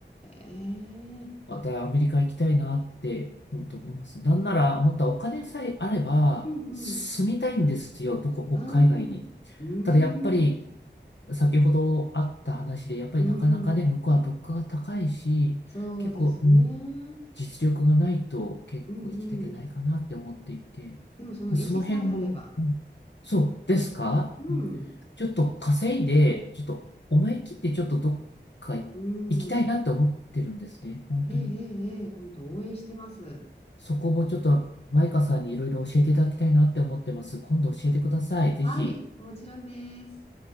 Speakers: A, on the left; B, on the left.
A: ー、
B: またアメリカ行きたいなって、本当思います。なんなら、本当はお金さえあれば、
A: うん、うん、
B: 住みたいんですよ、どこ、
A: ああ、
B: 北海外に。
A: うん、
B: ただやっぱり、先ほどあった話で、やっぱりなかなかね、
A: うん、
B: 向こうは物価が高いし、
A: そうですね。
B: 結構、うん、実力がないと結構生きていけないかなって思っていて、
A: うん、うん。でもその意思さえあれば、
B: その辺も、うんそうですかうん
A: うん、
B: ちょっと稼いで、ちょっと思い切ってちょっとどっか行きたいなって思ってるんですね、
A: うん、
B: 本当に。
A: えー、えー、えー、本当応援してます。
B: そこもちょっとマイカさんにいろいろ教えていただきたいなって思ってます。今度教えてください。
A: はい、
B: ぜひ。
A: もちろんです。